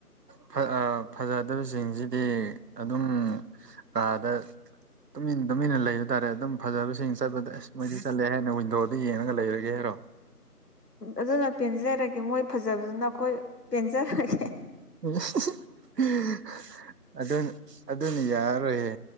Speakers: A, on the right (about 85°); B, on the left (about 85°).
A: ꯐ ꯑ ꯐꯖꯗꯕꯁꯤꯡꯁꯤꯗꯤ ꯑꯗꯨꯝ ꯀꯥꯗ ꯇꯨꯃꯤꯟ ꯇꯨꯃꯤꯟꯅ ꯂꯩꯕ ꯇꯥꯔꯦ ꯑꯗꯨꯝ ꯐꯖꯕꯁꯤꯡ ꯆꯠꯄꯗ ꯑꯁ ꯃꯣꯏꯗꯤ ꯆꯠꯂꯦ ꯍꯥꯏꯅ ꯋꯤꯟꯗꯣꯗ ꯌꯦꯡꯔꯒ ꯂꯩꯔꯒꯦ ꯍꯥꯏꯔꯣ
B: ꯑꯗꯨꯅ ꯄꯦꯟꯖꯔꯒꯦ ꯃꯣꯏ ꯐꯖꯕꯗꯨꯅ ꯑꯩꯈꯣꯏ ꯄꯦꯟꯖꯔꯒꯦ
A: <unintelligible> ꯑꯗꯨꯟ ꯑꯗꯨꯅ ꯌꯥꯔꯔꯣꯏꯌꯦ